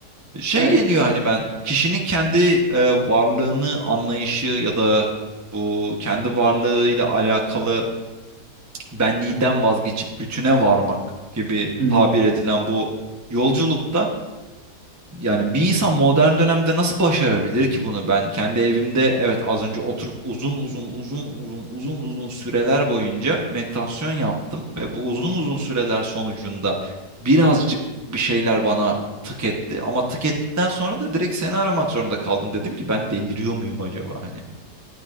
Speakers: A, on the right; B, on the right.
A: Şey
B: Evet.
A: geliyor hani ben kişinin kendi e, varlığını anlayışı ya da bu kendi varlığıyla alakalı benliğinden vazgeçip bütüne varmak gibi
B: Hı hı.
A: tabir edilen bu yolculukta yani bir insan modern dönemde nasıl başarabilir ki bunu? Ben kendi evimde evet az önce oturup uzun uzun uzun uzun uzun uzun süreler boyunca meditasyon yaptım ve bu uzun uzun süreler sonucunda birazcık bir şeyler bana tık etti ama tık ettikten sonra da direkt seni aramak zorunda kaldım. Dedim ki ben deliriyor muyum acaba? Hani